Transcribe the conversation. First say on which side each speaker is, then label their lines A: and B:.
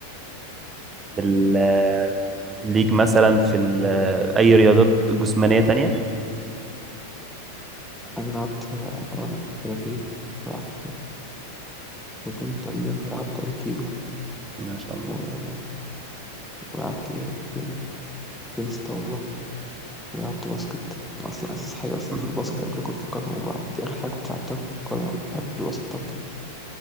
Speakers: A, on the right; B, in the centre.
A: بال آه، ليك مثلا في ال... آه، أي رياضات جسمانية تانية؟
B: أنا لعبت آه، كاراتيه لعبت تايكوندو تقريبا ولعبت أيكيدو
A: ما شاء الله
B: و- ولعبت إيه يا رب تاني تنس طاولة ولعبت باسكت أنا أصلا أساس حاجة أصلا
A: <laughs>
B: في الباسكت قبل كرة القدم وبعد دي آخر حاجة كنت لعبتها كرة القدم أنا كنت بحب الباسكت أكتر